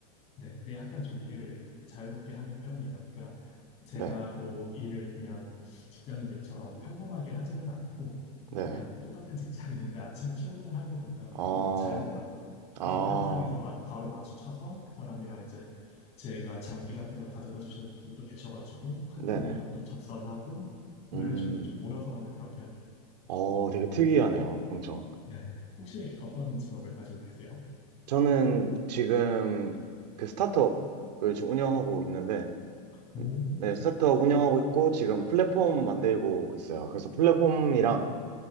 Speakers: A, on the left; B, on the right.
A: 네, 근데 약간 좀 일을 자유롭게 하는 편이에요. 그러니까 제가
B: 네.
A: 뭐 일을 그냥 직장인들처럼 평범하게 하지는 않고
B: 네.
A: 그냥 똑같은 <laughs> 직장인인데 아침에 출근을 하는 공간이
B: 어,
A: 조금 자유로워요.
B: 아,
A: 그래서 현장에서 마- 바로 마주쳐서 그 사람이랑 이제 제가 장비 같은 걸 가져다 주시는 분이 또 계셔가지고 가-
B: 네네.
A: 그분이랑 또 접선하고 뭐
B: 음,
A: 이런 식으로 좀 모여서 하는 그런 편이에요.
B: 어, 되게 특이하네요, 엄청.
A: 네. 혹시 어떤 직업을 가지고 계세요?
B: 저는 지금 그 스타트업을 지금 운영하고 있는데,
A: 오.
B: 네, 스타트업 운영하고 있고, 지금 플랫폼 만들고 있어요. 그래서 플랫폼이랑,